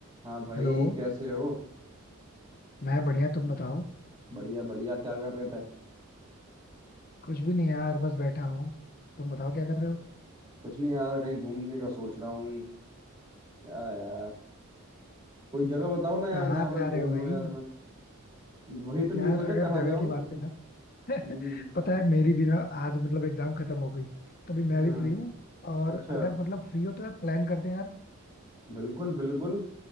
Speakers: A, on the right (about 20°); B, on the left (about 40°).
A: हाँ भाई
B: Hello
A: कैसे हो
B: मैं बढ़िया तुम बताओ
A: बढ़िया बढ़िया क्या कर रहे थे
B: कुछ भी नहीं यार बस बैठा हूँ तुम बताओ क्या कर रहे हो
A: कुछ नहीं यार कहीं घूमने का सोच रहा हूँ क्या यार कोई जगह बताओ ना यार
B: कहाँ
A: जहाँ
B: जा
A: पे घूम
B: रहे हो भाई
A: लूँ यार मैं वही तो नहीं
B: यार
A: सोचा
B: अगर
A: कहाँ
B: जगह
A: जाऊँ
B: की बात करें ना <laughs>
A: हम्म
B: पता है मेरी भी ना आज मतलब एग्जाम खत्म हो गई तो अभी मैं
A: हाँ
B: भी फ्री हूँ और
A: अच्छा
B: अगर मतलब फ्री हो तो यार प्लान करते हैं यार
A: बिल्कुल बिल्कुल